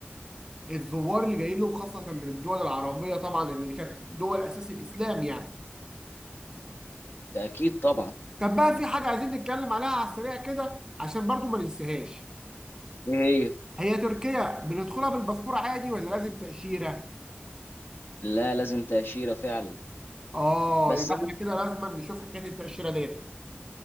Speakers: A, on the right; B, on the left.
A: الزوار اللي جايين لهم خاصه من الدول العربيه طبعا لان دي كانت دول اساس الاسلام يعني
B: ده اكيد طبعا
A: كان بقى في حاجه عايزين نتكلم عليها على السريع كده عشان برضه ما ننساهاش
B: ايه هي
A: هي تركيا بندخلها بالباسبور عادي ولا لازم تاشيره؟
B: لا لازم تأشيرة فعلا
A: اه
B: بس
A: يبقى احنا كده لازم نشوف حكايه التاشيره ديت